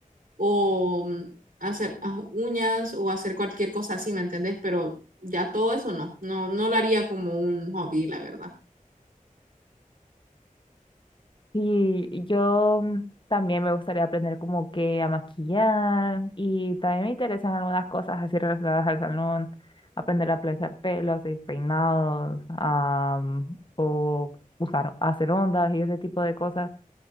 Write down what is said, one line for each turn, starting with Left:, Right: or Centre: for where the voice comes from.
Right: o mm, hacer ah, uñas o hacer cualquier cosa así, ¿me entendés? Pero ya todo eso no, no, no lo haría como un hobby, la verdad.
Left: Sí, yo mm, también me gustaría aprender como que a maquillar y también me interesan algunas cosas así relacionadas al salón, aprender a planchar pelos y peinados, am, o usar, hacer ondas y ese tipo de cosas.